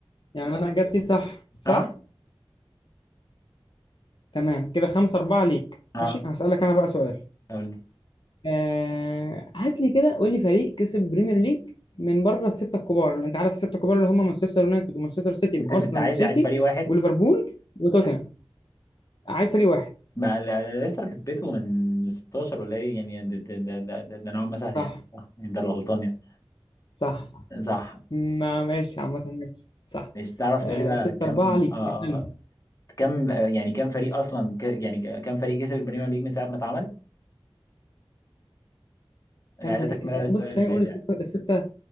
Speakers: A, on the left; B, on the left.
A: يعني انا اجابتي صح صح
B: اه
A: تمام كده خمسة أربعة ليك
B: اه
A: ماشي هسألك انا بقى سؤال
B: قول
A: آه هات لي كده قول لي فريق كسب البريمير ليج من بره الستة الكبار اللي انت عارف الستة الكبار اللي هم مانشستر يونايتد ومانشستر سيتي
B: انت
A: وارسنال
B: انت عايز
A: وتشيلسي
B: عايز فريق واحد
A: وليفربول وتوتنهام عايز فريق واحد
B: ما لسه كسبته من 16 ولا ايه يعني ده ده ده ده, ده, ده نوعا ما سهل
A: صح
B: يعني صح يعني ده اللي غلطان يعني
A: صح صح
B: صح
A: ما ماشي عامة ماشي صح
B: مش تعرف
A: آه
B: تقول لي بقى
A: ستة
B: كم
A: أربعة ليك
B: اه
A: اسألني
B: آه، كم آه، يعني كم فريق اصلا ك يعني ك- كم فريق كسب البريمير ليج من ساعه ما اتعمل يعني
A: كام فريق
B: ده تكمله
A: كسب
B: للسؤال
A: بص خلينا
B: اللي فات
A: نقول
B: يعني
A: الستة الستة